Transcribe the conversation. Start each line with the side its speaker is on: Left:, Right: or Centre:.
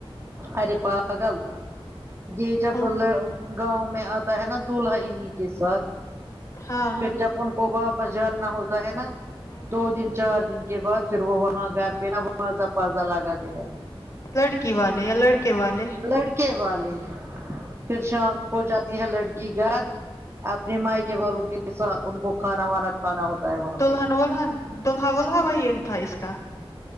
Right: ارے پاگل یہ جب
Left: ہاں
Right: گاؤں میں آتا ہے نا دولہا انہیں کے ساتھ
Left: ہاں
Right: پھر جب ان کو واپس جاتا ہوتا ہے نا
Left: ہوں
Right: دو دن چار دن کے بعد پھر وہ وہاں گھر پہ نا وازا پازا لگ جاتی ہے
Left: لڑکی والے یا لڑکے والے
Right: لڑکے والے پھر شام ہو جاتی ہے لڑکی گھر اپنے مائ کے والوں کے ساتھ ان کو کھانا وانا کھانا ہوتا ہے وہاں
Left: دلہن
Right: پہ
Left: ولہن دلہا ولہا وہ یہ تھا اس کا